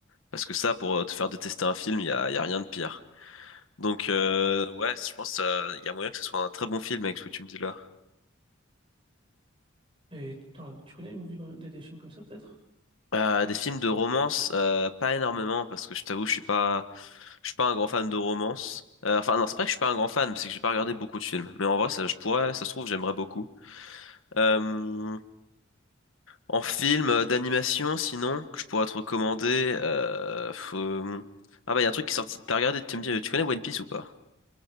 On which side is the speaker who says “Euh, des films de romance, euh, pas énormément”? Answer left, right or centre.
Left